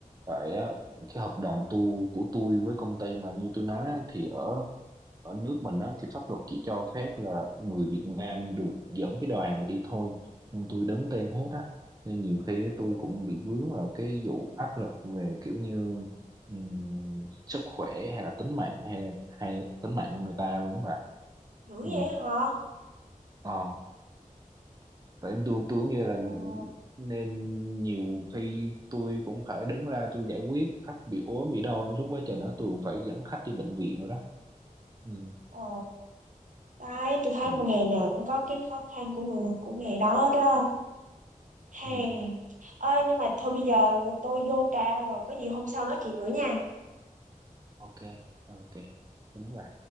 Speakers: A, on the right; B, on the right.
A: tại á, cái hợp đồng tu của tôi với công ty mà như tôi nói á, thì ở ở nước mình á thì pháp luật chỉ cho phép là người Việt Nam được dẫn cái đoàn này đi thôi nhưng tôi đứng tên hết á nên nhiều khi
B: Ừ.
A: tôi cũng bị vướng vào cái vụ áp lực về kiểu như ừm, sức khỏe hay là tính mạng hay hay tính mạng của người ta luôn mà
B: dữ
A: ừ.
B: vậy hả
A: ờ tại tôi tôi cũng như
B: ờ
A: là nên nhiều khi tôi cũng phải đứng ra tôi giải quyết khách bị ốm bị đau suốt quá trình đó tôi cũng phải dẫn khách đi bệnh viện rồi đó ừ.
B: ờ đấy tôi thấy
A: Ừ.
B: một nghề nào cũng có cái khó khăn của người của nghề đó đó Hè.
A: Ừ.
B: Ơi nhưng mà thôi bây giờ tôi vô ca rồi, có gì hôm sau nói chuyện nữa nha.
A: ok ok đúng rồi